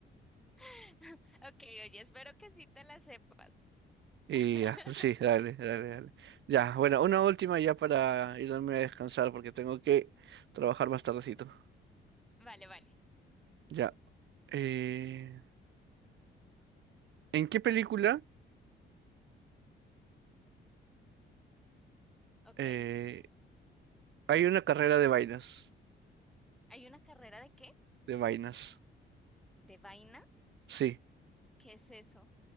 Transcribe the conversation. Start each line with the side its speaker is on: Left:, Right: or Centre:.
Centre: <laughs> Ok, oye, espero que sí te la sepas.
Right: Y
Centre: <laughs>
Right: ya, sí, dale, dale, dale. Ya, bueno, una última ya para irme a descansar porque tengo que trabajar más tardecito.
Centre: Vale, vale.
Right: Ya. eh, ¿en qué película
Centre: Ok.
Right: eh, hay una carrera de vainas?
Centre: ¿Hay una carrera de qué?
Right: De vainas.
Centre: ¿De vainas?
Right: Sí.
Centre: ¿Qué es eso?